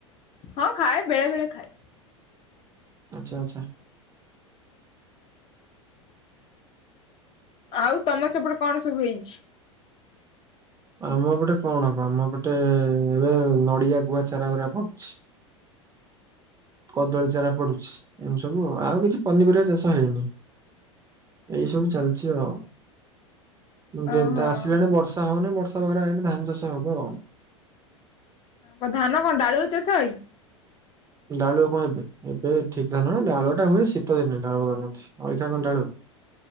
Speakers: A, on the left (about 35°); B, on the right (about 20°).
A: ହଁ ଖାଏ ବେଳେ ବେଳେ ଖାଏ।
B: ଆଚ୍ଛା ଆଚ୍ଛା।
A: ଆଉ ତମ ସେପଟେ କଣ ସବୁ ହେଇଛି?
B: ଆମ ଏପଟେ କଣ କ ଆମ ଏପଟେ ଏବେ ନଡ଼ିଆ ଗୁଆ ଚାରା ଗୁରା ପଡ଼ୁଛି। କଦଳୀ ଚାରା ପଡ଼ୁଛି ଏମିତି ସବୁ ଆଉ କିଛି ପନିପରିବା ଚାଷ ହେଇନି। ଏଇ ସବୁ ଚାଲିଛି ଆଉ। ଉଁ ଯେ
A: ଓହୋ।
B: ଦାସ ଆସିଲାଣି ବର୍ଷା ହଉନି ବର୍ଷା ବାଗେରା ଆଇଲେ ଧାନ ଚାଷ ହବ ଆଉ।
A: କଣ ଧାନ କଣ ଡାଳୁଚ <unintelligible>
B: ଡାଳୁ କଣ ଏବେ ଏବେ ଠିକ୍ ଧାନ ଡାଳୁଆ ଟା ହୁଏ ଶୀତ ଦିନେ ଡାଳୁ କରନ୍ତି କଣ ଏଇ <unintelligible> କଣ ଡାଳୁ?